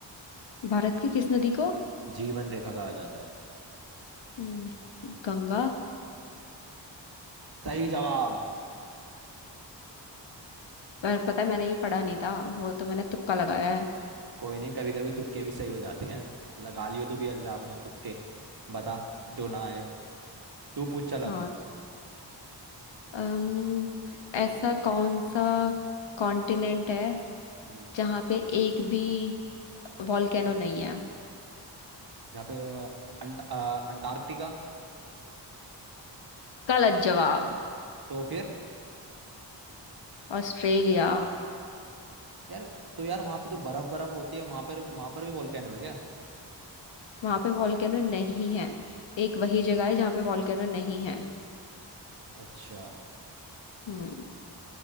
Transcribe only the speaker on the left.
भारत की किस नदी को
हम्म गंगा
पर पता है मैंने ये पढ़ा नहीं था वो तो मैंने तुक्का लगाया है
हाँ अम्म ऐसा कौन सा कॉन्टिनेंट है
जहां पे एक भी वॉल्केनो नहीं है
गलत जवाब
ऑस्ट्रेलिया
वहां पे वॉल्केनो नहीं है एक वही जगह है जहां पे वॉल्केनो नहीं है
हम्म